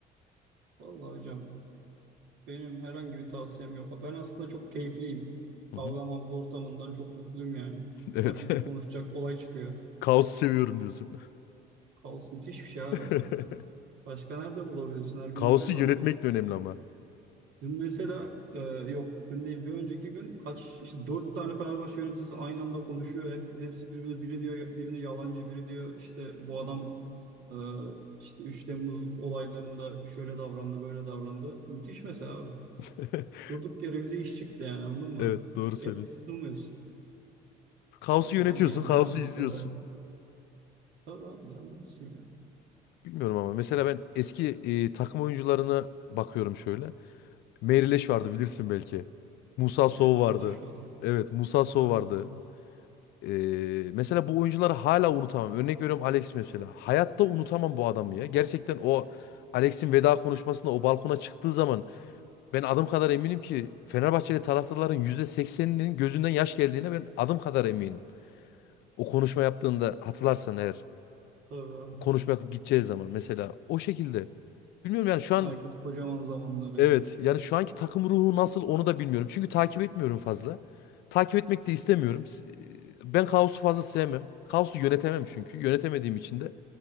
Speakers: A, on the right; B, on the left.
A: Vallahi hocam benim herhangi bir tavsiyem yok. Ben aslında çok keyifliyim. Kavga
B: Hı hı.
A: mavga ortamından çok mutluyum yani.
B: Evet.
A: Her gün konuşacak olay çıkıyor.
B: <laughs> Kaosu seviyorum diyorsun.
A: Kaos müthiş bir şey abi.
B: <laughs>
A: Başka nerede bulabiliyorsun? Her gün
B: Kaosu
A: olay var
B: yönetmek
A: ya.
B: de önemli ama.
A: Dün mesela e, yok dün değil bir önceki gün kaç işte dört tane Fenerbahçe yöneticisi aynı anda konuşuyor. Hep, hepsi birbirine biri diyor birine yalancı biri diyor işte bu adam e, işte 3 Temmuz olaylarında şöyle davrandı böyle davrandı. Müthiş mesela abi.
B: <laughs>
A: Durduk yere bize iş çıktı yani anladın mı?
B: Evet,
A: Hani
B: doğru
A: s-
B: söylüyorsun.
A: evde sıkılmıyorsun.
B: Kaosu
A: O yüzden
B: yönetiyorsun,
A: yani
B: kaosu
A: devam
B: izliyorsun.
A: etse daha iyi. Tabii abi devam etsin ya.
B: Bilmiyorum ama mesela ben eski e, takım oyuncularına bakıyorum şöyle. Merileş vardı bilirsin belki. Musa
A: Eleş
B: Sow vardı.
A: müthiş bir adam.
B: Evet, Musa Sow
A: Aynen.
B: vardı. E, mesela bu oyuncuları hala unutamam. Örnek veriyorum Alex mesela. Hayatta unutamam bu adamı ya. Gerçekten o Alex'in veda konuşmasında o balkona çıktığı zaman ben adım kadar eminim ki Fenerbahçeli taraftarların yüzde sekseninin gözünden yaş geldiğine ben adım kadar eminim. O konuşma yaptığında hatırlarsan eğer.
A: Tabii abi.
B: konuşma yapıp gideceğiz zaman mesela o şekilde. Bilmiyorum yani şu an
A: Aykut kocaman zamanları.
B: evet yani şu anki takım ruhu nasıl onu da bilmiyorum. Çünkü takip etmiyorum fazla. Takip etmek de istemiyorum. S- e, Ben kaosu fazla sevmem. Kaosu yönetemem çünkü. Yönetemediğim için de